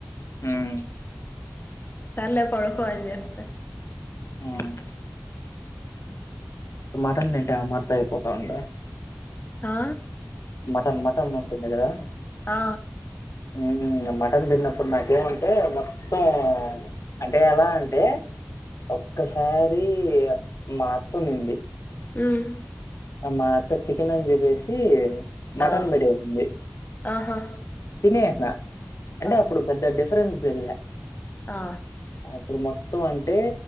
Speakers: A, on the left (about 80°); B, on the left (about 40°).
A: ఉమ్
B: సర్లే పడుకో అని చెప్తే
A: ఉమ్ పట్ట ఏంటే ఆమర్త అయిపోతా ఉండా
B: హా
A: మటన్ మటన్ ఉంటుంది కదా
B: ఆ
A: ఉమ్ మటన్ తిన్నప్పుడు నాకేమంటే మొత్తం అంటే ఎలా అంటే ఒక్కసారి మా అత్త ఉనింది
B: హ్మ్మ్
A: మా అత్త చికెన్ అని చెప్పేసి మటన్
B: ఆ
A: బడెసింది
B: ఆహా
A: తినేసిన్నా అంటే
B: ఆ
A: అప్పుడు పెద్ద <unintelligible>
B: ఆ
A: ఇప్పుడు మొత్తం అంటే